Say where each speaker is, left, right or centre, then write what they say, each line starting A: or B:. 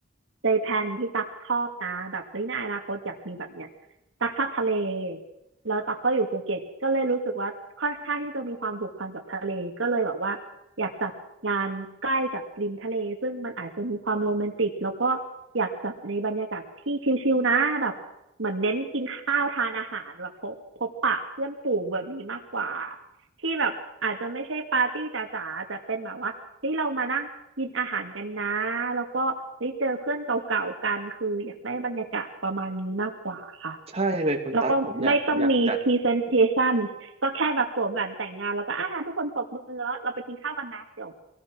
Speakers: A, on the right; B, on the right.
A: ใจแพลนที่ตักชอบนะแบบเฮ้ยในอนาคตอยากมีแบบเนี้ยตักชอบทะเลแล้วตักก็อยู่ภูเก็ตก็เลยรู้สึกว่าค่อนข้างที่จะมีความผูกพันกับทะเลก็เลยแบบว่าอยากจัดงานใกล้กับริมทะเลซึ่งมันอาจจะมีความโรแมนติกแล้วก็อยากจัดในบรรยากาศที่ชิลๆนะแบบเหมือนเน้นกินข้าวทานอาหารแบบพบพบปะเพื่อนฝูงแบบนี้มากกว่า ที่แบบอาจจะไม่ใช่ปาร์ตี้จ๋าๆแต่เป็นแบบว่าเฮ้ยเรามานั่งกินอาหารกันนะ แล้วก็เฮ้ยเจอเพื่อนเก่าๆกันคืออยากได้บรรยากาศประมาณนี้มากกว่าค่ะ
B: ใช่เลยคุณตั๊กผมอยากผมอยากจัด
A: แล้วก็ไม่ต้องมี presentation ก็แค่แบบสวมแหวนแต่งงานแล้วก็อ่าทุกคนปรบมือแล้วเราไปกินข้าวกันนะจบ